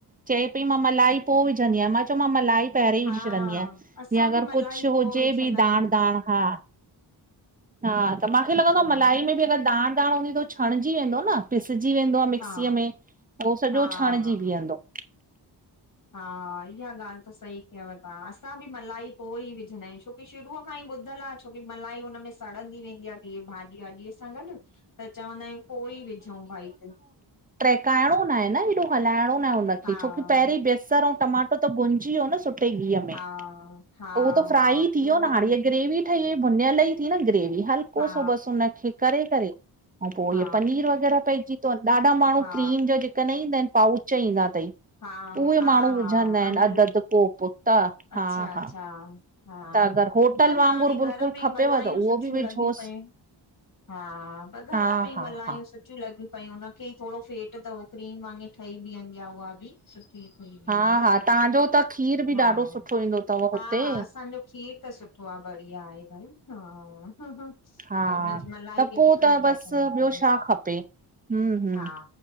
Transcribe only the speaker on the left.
हा
असां
बि
मलाई
पोइ
विझंदा
आहियूं
न
अच्छा
हा
हा
हा
हा इहा ॻाल्हि त सही कयव था असां बि मलाई पो ई विझंदा आहियूं छोकी शुरूअ खां ई ॿुधल आ छोकी मलाई हुन में सड़ंदी वेंदी आहे की भाॼी वाॼीअ सां गॾ त चवंदा आहियूं पो ई विझूं भाई
हा
हा
हा
हा
पो
वरी
वधी
हा
हा
हा
हा
हा
हा
अमूल
जो
अच्छा
अच्छा
हा
न
न हाणे
घर में ई
मलायूं
सुठियूं
लॻियूं पयूं हा पर घर
में ई
मल्हायूं
सु ठी लॻिय पयूं हुनखे थोरो फेट त क्रीम वांङे ठही बीहंदि उहा बि। सुठी थीही बीहंदी
आ
हा
हा
हा असांजो खीर त सुठो आ बढ़िया आहे भई हा त
हुनजी मलाई
बि
निकिरंदी
आ चङी तरह
सां
हा